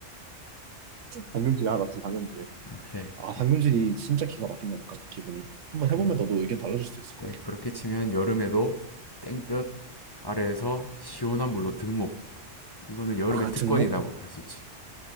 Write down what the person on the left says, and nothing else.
<laughs> 오케이
그럼
근데
그렇게 치면 여름에도 땡볕 아래에서 시원한 물로 등목 이거는 여름의
특권이라고
할 수 있지